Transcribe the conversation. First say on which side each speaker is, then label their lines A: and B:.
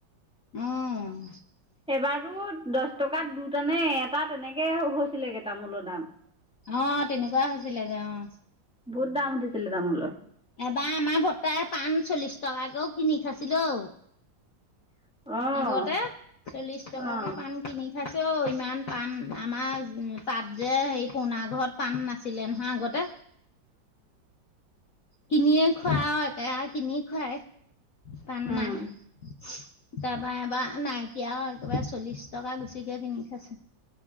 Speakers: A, on the left (about 55°); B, in the centre.
A: উম,
B: এবাৰতো দহ টকাত দুটা নে এটা তেনেকেই হৈছিলেগেই তামোলৰ দাম।
A: অ', তেনেকুৱা হৈছিলে গ অ'।
B: বহুত দাম দিছিলে তামুলৰ।
A: এবাৰ আমাৰ ভটাৰ পাণ চল্লিশ টকাকেও কিনি খাইছিলো।
B: অ',
A: আগতে চল্লিশ টকাকে
B: অ',
A: পান কিনি পাইছে। ইমান পাণ আমাৰ তাত যে সেই পুৰণা ঘৰত পাণ নাছিলে নহয় আগতে।
B: উ'
A: কিনিয়ে খোৱা হয় আৰু একে কিনি খোৱাই। পান
B: উম,
A: নাই, যোৱা বাৰ এবাৰ নাইকিয়া আৰু একেবাৰে চল্লিশ টকা গুচিকে কিনি খাইছো